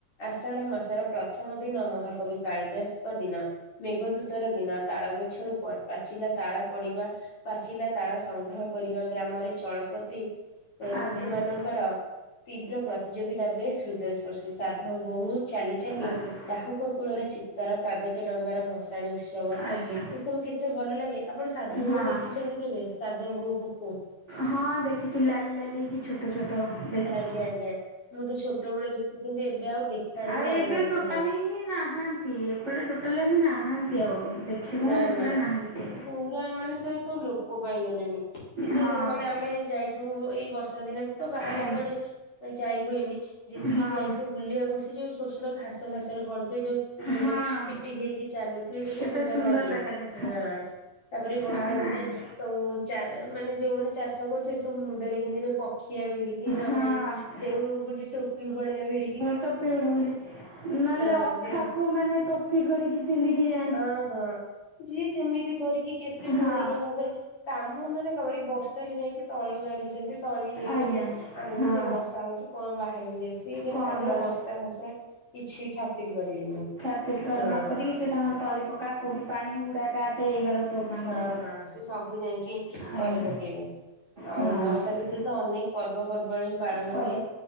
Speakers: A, on the left; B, on the right.
A: ଆଷାଢ ମାସର ପ୍ରଥମ ଦିନ ମହାକବି କାଳିଦାସଙ୍କ ଦିନ। ମେଘ ଦୂତର ଦିନ ତାଳ ଗଛରୁ ପ ପାଚିଲା ତାଳ ପଡିବା। ପାଚିଲା ତାଳ ସଂଗ୍ରହ କରିବା ଗ୍ରାମରେ ଚଳପତି ଏଁ
B: ଆଜ୍ଞା
A: ଶିଶୁ ମାନଙ୍କ ର ତୀବ୍ର ପ୍ରତିଯୋଗିତା ବେଶ୍ ହୃଦୟପର୍ଶୀ ସାଧବ ବହୁତ ଚାଲି ଚାଲି
B: ଆଜ୍ଞା
A: ଡାହୁକ କୂଳର ଚିତ୍କାର କାଗଜ ଡଙ୍ଗାର ଭସା ଭଷାଣି ଉତ୍ସବ
B: ଆଜ୍ଞା
A: ଏ ସବୁ କେତେ ଭଲ ଲାଗେ ଆପଣ ସାଧବ
B: ହଁ
A: ବୋହୁ ଦେ <unintelligible> ସାଧବ ବୋହୁ କୁ କୁ
B: ହଁ ଦେଖିଛି ଲାଲି ଲାଲି ହେଇକି। ଛୋଟ ଛୋଟ ଦେଖିଛି।
A: ଆଜ୍ଞା ଆଜ୍ଞା ମୁଁ ତ ଛୋଟବେଳେ ଦେଖିଥିଲି କିନ୍ତୁ ଏବେ ଆଉ ଦେଖା ହିଁ
B: ଆଉ
A: ଯାଉନାହାନ୍ତି
B: ଏବେ ଟୋଟା
A: ଜମା।
B: ହିଁ ନାହାନ୍ତି ଏପଟେ ଟୋଟାଲ ହିଁ ନାହାନ୍ତି ଆଉ। ଦେଖିବୁ
A: ନା
B: କଣ ଏପଟେ
A: ନା
B: ନାହାନ୍ତି
A: ପୁରା ମାନେ ସେ ସବୁ ଲୋପ ପାଇ ଗଲେଣି। କେତେ
B: ହଁ
A: ମାନେ ଆମେ ଯାଇଥିବୁ ଏଇ ବର୍ଷା ଦିନେ ତ ବାହାରେ
B: ଏଇ
A: କୁଆଡେ। କୁଆରେ ଯାଇ ହୁଏନି ଯେତିକି
B: ହଁ
A: ଯାଇଥିବୁ। ବୁଲିଆକୁ ସେ ଯୋଉ ଛୋଟ ଛୋଟ ଘାସ ଫାସରେ ପଡିଥିବେ ଯୋଉ
B: ହଁ
A: ଟିକ୍ ଟିକ୍ ହେଇକି ଚାଲୁଥିବେ ଯେତେ
B: କେତେ
A: ସୁ ନ୍ଦର
B: ସୁନ୍ଦର
A: ଲାଗେ
B: ଦେଖାଯାଏ
A: ହଁ ତାପରେ ବର୍ଷା
B: ଆଉ
A: ଦିନେ
B: ନାହିଁ
A: ସବୁ ଚା ମାନେ ଯୋଉ ମାନେ ଚାଷ କରୁ ଥିବେ ସବୁ ମୁଣ୍ଡରେ କେମତି ଯୋଉ ପକ୍ଷିଆ ଭିଡିକି। କି ନଲେ
B: ହଁ
A: ନାଇଁ ଯୋଉ ଗୋଟେ ଟୋପି ଭଳିଆ ଭି
B: ଟୋପି ଭିଡା ଭିଡି ନହେଲେ
A: ହଁ
B: ଅଖାକୁ
A: ଯେମି
B: ମାନେ ଟୋପି କରିକି ପିନ୍ଧିକି ଯା
A: ଅଁ ହଁ ଯିଏ ଯେମିତି କରିକି କେତେ
B: ହଁ
A: ଇଏ ଭାବରେ କାମ ମାନେ କଣ ଏଇ ବର୍ଷାରେ ଯାଇଁକି ତଳି ମାରୁଛନ୍ତି। ତଳି ଇଏ
B: ଆଜ୍ଞା
A: କରିଛନ୍ତି ଆମେ
B: ହଁ
A: କହୁଛେ ବର୍ଷା ହଉଛି କଣ ବାହାରକୁ ଯାଇସି କିନ୍ତୁ
B: କ'ଣ
A: ତାଙ୍କର
B: ବାହାରୁ
A: ବର୍ଷା ଫର୍ଷା କିଛି ଛାତିରି କରିବେନି।
B: ଖାତିରି କରି
A: ହଁ।
B: ନ କରିକି ସେ ତାଙ୍କର ତଳି ପକା କୋଉଠି ପାଣି ହୁଡା କାଟେ ଏଇ ଉରା ସବୁ ତାଙ୍କର
A: ହଁ ହଁ ସେ ସବୁ ଯାଇଁକି କରି
B: ଆଜ୍ଞା
A: ପକେଇବେ ଆଉ
B: ହଁ
A: ବର୍ଷା ଋତୁରେ ତ ଅନେକ ପର୍ବପର୍ବାଣୀ ପାଳନ
B: ପର୍ବ
A: ହୁଏ